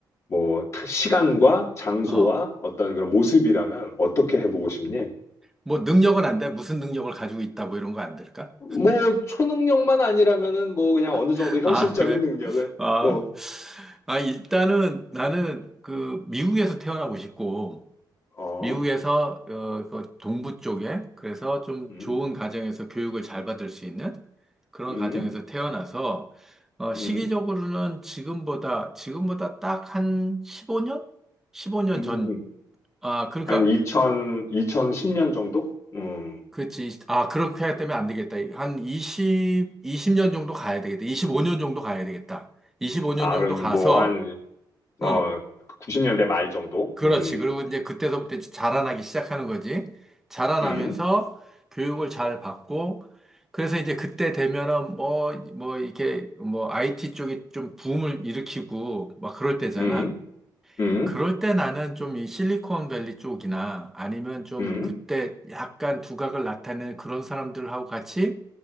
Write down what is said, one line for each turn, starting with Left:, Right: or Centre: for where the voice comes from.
Left: 뭐 타- 시간과 장소와
Centre: 어.
Left: 어떤 그런 모습이라면 어떻게 해보고 싶니?
Centre: 뭐 능력은 안 돼? 무슨 능력을 가지고 있다, 뭐 이런 거 안 될까?
Left: 뭐 초능력만 아니라면은 뭐 그냥 어느 정도
Centre: <laughs>
Left: 현실적인
Centre: 아, 그래?
Left: 능력은
Centre: 아,
Left: 뭐
Centre: 아, 일단은 나는 그 미국에서 태어나고 싶고,
Left: 어?
Centre: 미국에서 어, 그 동부 쪽에 그래서 좀
Left: 음?
Centre: 좋은 가정에서 교육을 잘 받을 수 있는 그런
Left: 음?
Centre: 가정에서 태어나서 어, 시기적으로는
Left: 음?
Centre: 지금보다 지금보다 딱 한 15년? 15년
Left: 음?
Centre: 전. 아, 그러니까
Left: 한 2000, 2010년 정도? 음.
Centre: 그렇지. 아, 그렇게 하기 때문에 안 되겠다. 한 20, 20년 정도 가야 되겠다. 25년 정도 가야 되겠다. 25년
Left: 아,
Centre: 정도
Left: 그럼
Centre: 가서
Left: 뭐 한, 어,
Centre: 어,
Left: 90년대 말 정도?
Centre: 그렇지.
Left: 음.
Centre: 그리고 이제 그때서부터 이제 자라나기 시작하는 거지. 자라나면서
Left: 음?
Centre: 교육을 잘 받고, 그래서 이제 그때 되면은 뭐, 뭐, 이렇게 뭐, IT 쪽이 좀 붐을 일으키고, 막 그럴 때잖아.
Left: 음? 음?
Centre: 그럴 때 나는 좀 이 실리콘밸리 쪽이나 아니면 좀
Left: 음?
Centre: 그때 약간 두각을 나타내는 그런 사람들하고 같이